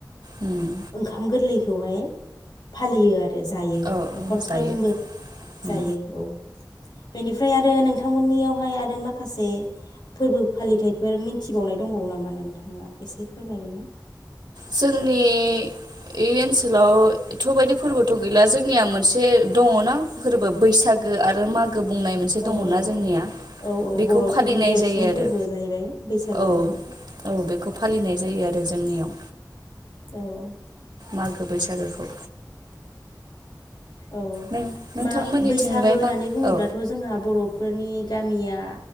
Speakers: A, on the right; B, on the left.
A: उम
B: ओंखाम गोरलै खौहाय फालियो आर रो जायो
A: औ
B: न'खरफ्रोमबो
A: जायो उम
B: जायो औ बेनिफ्राय आरो नोंथांमोननियावहाय आरो माखासे फोरबो फालिथायाइफोर मिथिबावनाय दंबावो नामा नोंथाङा एसे फोरमायगोन ना?
A: जोंनि इ ओनसोलाव एथ' बायदि फोरबोथ' गैला जोंनिया मोनसे दङना फोरबो बैसागो आरो मागो बुंनाय मोनसे
B: औ
A: दङना
B: औ
A: जोंनिया
B: औ औ औ
A: बेखौ
B: बर'फोरनि
A: फालिनाय
B: देरसिन
A: जायो आरो
B: फोरबो जाहैबाय बैसागोआनो
A: औ औ बेखौ फालिनाय जायो आरो जोंनियाव
B: औ
A: मागो बैसागोखौ
B: औ
A: नों नोंथांमोननिथिंलाय
B: मा बैसागो होननानै
A: मा
B: बुङोब्लाथ'
A: औ
B: जोंहा बर'फोरनि गामिया